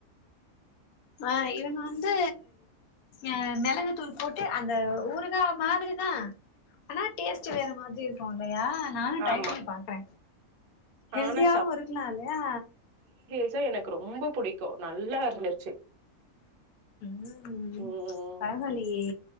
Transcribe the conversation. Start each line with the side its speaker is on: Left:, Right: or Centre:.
Left: ஆ இவுங்க வந்து அ மெளகுத்தூள் போட்டு அந்த ஊறுகா மாதிரி தா ஆனா டேஸ்ட்டு வேற மாதிரி இருக்கு இல்லையா நானு ட்ரை
Right: ஆமா
Left: பண்ணி பாக்குறே ஹெல்தியாவு
Right: ஆனா
Left: இருக்கலா இல்லையா
Right: ச்ச எனக்கு ரொம்ப புடிக்கு நல்லா இருந்துருச்சு
Left: ம்
Right: ம்.
Left: பரவால்லியே